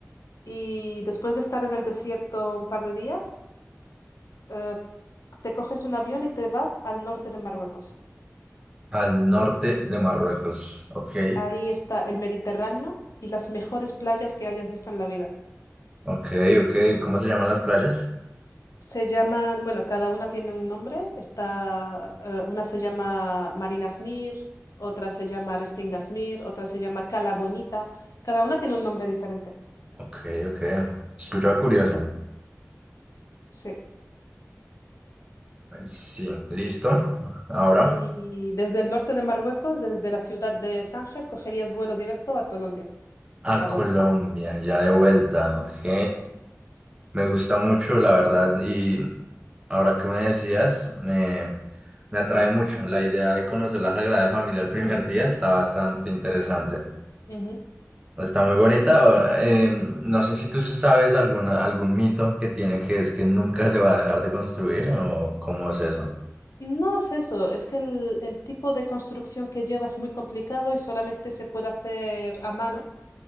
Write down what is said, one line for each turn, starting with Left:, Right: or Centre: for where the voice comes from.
Left: Y después de estar en el desierto un par de días, eh, te coges un avión y te vas al norte de Marruecos.
Right: Al norte de Marruecos. Ok,
Left: Ahí está el Mediterráneo y las mejores playas que hayas visto en la vida.
Right: ok, ok. ¿Cómo se llaman las playas?
Left: Se llaman, bueno, cada una tiene un nombre. Está, eh, una se llama Marina Smir, otra se llama Restinga Smir, otra se llama Cala Bonita. Cada una tiene un nombre diferente.
Right: Ok, ok. Escucha curioso.
Left: Sí.
Right: Sí, listo. Ahora
Left: Y desde el norte de Marruecos, desde la ciudad de Tánger, cogerías vuelo directo a Colombia,
Right: a
Left: a
Right: Colombia,
Left: Bogotá.
Right: ya de vuelta. Ok.
Left: Sí.
Right: Me gusta mucho, la verdad. Y ahora que me decías, me, me atrae mucho. La idea de conocer la Sagrada Familia el primer día está bastante interesante.
Left: Ujú.
Right: Está muy bonita. eh, no sé si tú sabes algún, algún mito que tiene que es que nunca se va a dejar de construir o cómo es eso.
Left: No es eso, es que el, el tipo de construcción que lleva es muy complicado y solamente se puede hacer a mano.